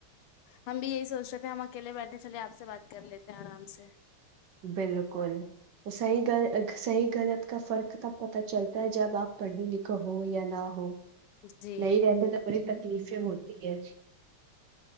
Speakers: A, on the left; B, on the right.
A: ہم بھی یہی سوچ رہے تھے ہم اکیلے بیٹھے چلے آپ سے بات کر لیتے ہیں آرام سے
B: بالکل تو صحیح صحیح غلط کا فرق تب پت چلتا ہے جب آپ پڑھنے لک ہو یا نہ ہو
A: جی
B: نہیں رہتے تو بی تکلیفیں ہوتی ہے